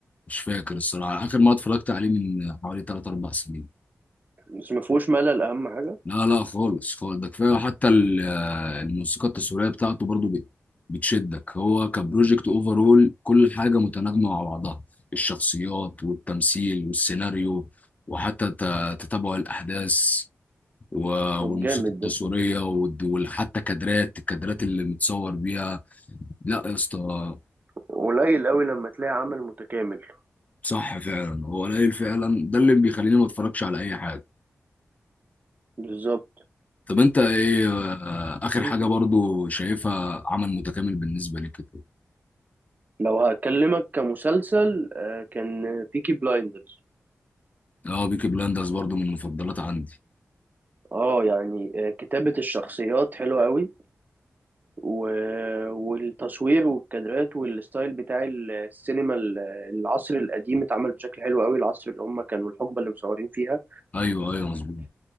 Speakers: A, on the left; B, on the right.
A: مش فاكر الصراحه اخر ما اتفرجت عليه من حوالي ثلاث اربع سنين
B: بس ما فيهوش ملل أهم حاجة
A: لا لا خالص خالص ده كفايه حتى ال- آه، الموسيقى التصويريه بتاعته برضو بت- بتشدك هو كبروجكت اوفرول كل حاجه متناغمه مع بعضها الشخصيات والتمثيل والسيناريو وحتى ت- تتابع الاحداث و- والموسيقى
B: طب جامد
A: التصويريه
B: ده
A: والد- وحتى كادرات الكادرات اللي متصور بيها لا يا اسطى
B: قليل أوي لما تلاقي عمل متكامل
A: صح فعلا هو قليل فعلا ده اللي بيخليني ما اتفرجش على اي حاجه
B: بالظبط
A: طب انت ايه آه، اخر
B: مم.
A: حاجه برضو شايفها عمل متكامل بالنسبه لك
B: لو هكلمك كمسلسل آه، كان بيكي بلايندرز
A: اه بيكي بلاندرز برضو من المفضلات عندي
B: اه يعني آه، كتابة الشخصيات حلوة أوي و... والتصوير والكادرات والستايل بتاع السينما ال- العصر القديم اتعمل بشكل حلو قوي العصر اللي هم كانوا الحقبة اللي مصورين فيها
A: ايوه ايوه مظبوط